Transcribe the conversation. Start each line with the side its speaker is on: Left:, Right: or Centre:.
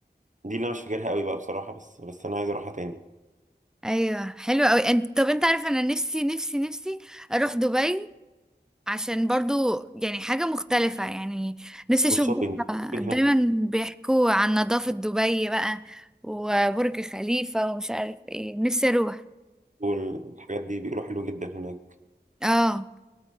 Right: دي اللي انا مش فاكرها قوي بقى بصراحه بس بس انا عايز اروحها تاني
Centre: ايوه حلو قوي انت طب انت عارف انا نفسي نفسي نفسي اروح دبي عشان برضو يعني حاجة مختلفة يعني نفسي
Right: والشوبينج
Centre: اشوف بقى
Right: الشوبينج
Centre: دايما
Right: هناك
Centre: بيحكوا عن نظافة دبي بقى وبرج خليفة ومش عارف ايه نفسي اروح
Right: والحاجات دي بيقولوا حلوه جدا هناك
Centre: اه